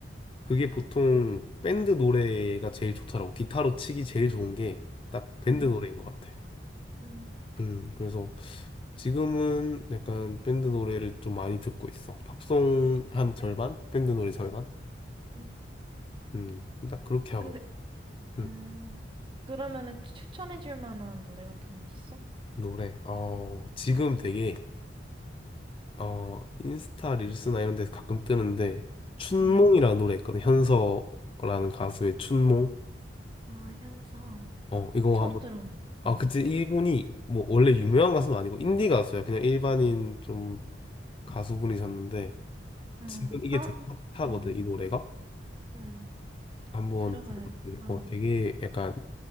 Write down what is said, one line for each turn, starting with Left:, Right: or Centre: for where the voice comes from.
Left: 그게 보통 밴드 노래가 제일 좋더라고. 기타로 치기 제일 좋은 게 딱 밴드
Right: 음,
Left: 노래인 것 같아.
Right: 음,
Left: 음, 그래서 지금은 약간 밴드 노래를 좀 많이 듣고 있어. 팝송 한 절반? 밴드 노래 절반?
Right: 음.
Left: 음, 딱 그렇게 하고
Right: 근데,
Left: 있어. 음,
Right: 음, 그러면은 추천해줄 만한 노래 같은 거 있어?
Left: 노래. 어, 지금 되게, 어, 인스타 릴스나 이런 데서 가끔 뜨는데, 춘몽이라는
Right: 응.
Left: 노래 있거든. 현서라는 가수의 춘몽.
Right: 아, 현서.
Left: 어, 이거
Right: 처음
Left: 한번
Right: 들어봐.
Left: 아,
Right: 응.
Left: 그때 이분이 뭐 원래 유명한 가수는 아니고 인디 가수야. 그냥 일반인 좀 가수분이셨는데
Right: 응,
Left: 지금 이게
Right: 다음,
Left: 되게 핫하거든,
Right: 응,
Left: 이 노래가.
Right: 응.
Left: 한번
Right: 들어봐야겠다.
Left: 들어봐. 되게, 어, 되게 약간